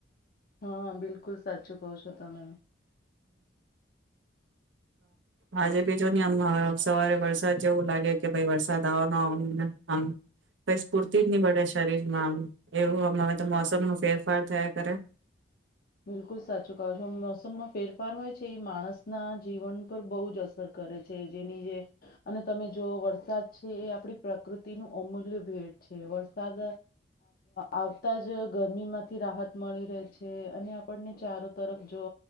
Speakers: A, on the left (about 50°); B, on the right (about 75°).
A: હા બિલકુલ સાચું કહો છો તમે
B: આજે ભી જોની આમ સવારે વરસાદ જેવું લાગે કે ભાઈ વરસાદ આવવાનો આવવા આમ <unintelligible> પૂરતી <unintelligible> શરીર માં આમ એવું આમ હવે તો મોસમ નુ ફેરફાર થાયા કરે
A: બિલકુલ સાચું કહો છો મોસમનો ફેરફાર હોય છે એ માણસના જીવન પર બોઉ જ અસર કરે છે જેની જે અને તમે જો વરસાદ છે એ આપણી પ્રકૃતિનું અમૂલ્ય ભેટ છે વરસાદ આવતા જ ગરમીમાંથી રાહત મળી રહે છે છે અને આપણને ચારો તરફ જો